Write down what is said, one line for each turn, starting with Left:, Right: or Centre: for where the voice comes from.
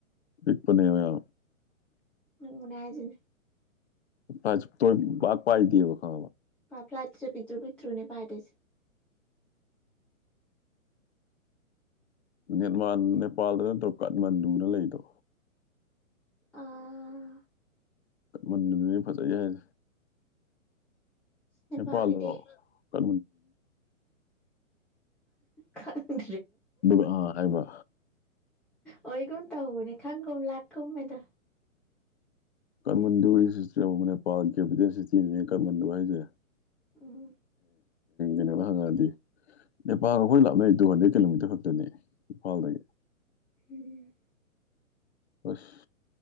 Left: ꯏꯄꯅꯦꯕ
Centre: ꯃꯅꯥꯖ
Left: ꯐ ꯇ ꯄꯥꯛ ꯄꯗꯕ ꯈꯥ
Centre: ꯐ꯭ꯂꯥꯏꯠꯁ ꯄꯤꯛꯇ꯭ꯔꯨ ꯄꯤꯛꯇ꯭ꯔꯨꯅꯦ ꯄꯥ ꯇ
Left: ꯅꯦꯠꯃꯥꯟ ꯅꯦꯄꯥꯜꯗ ꯅꯠꯇ꯭ꯔꯣ ꯀꯥꯠꯃꯟꯗꯨꯅ ꯂꯩꯗꯣ
Centre: ꯑꯥ
Left: ꯃ ꯐꯠꯇ ꯌꯥꯏ
Centre: ꯅꯦꯄꯥꯜꯒꯤꯗꯤ
Left: ꯍꯄꯥꯜꯂ ꯀ
Centre: ꯀꯔꯤ
Left: ꯑꯥ ꯍꯥꯏꯃ
Centre: ꯑꯣꯏꯒꯨꯝꯨꯝ ꯇ ꯍꯕꯅꯦ ꯈꯪꯒ ꯂꯥꯛꯀ ꯃꯗ
Left: ꯀꯥꯃꯟꯗꯨꯒꯤ ꯁꯤꯁꯇꯦꯝ ꯑꯃ ꯅꯦꯄꯥꯜ ꯀꯦꯗ ꯁꯤꯇꯤꯅꯦ ꯀꯥꯃꯟꯗꯨ ꯍꯥꯏꯁꯦ
Centre: ꯎꯝ
Left: ꯩꯅꯕꯉꯗꯤ ꯅꯦꯄꯥꯜꯒ ꯑꯩꯈꯣꯏ ꯂꯥꯞꯅꯩ ꯇꯨ ꯍꯟꯗꯦ ꯀꯤꯂꯣꯃꯤꯇꯔ ꯈꯛꯇꯅꯤ ꯏꯝꯐꯥꯜꯗꯒꯤ
Centre: ꯍꯝ
Left: ꯑꯁ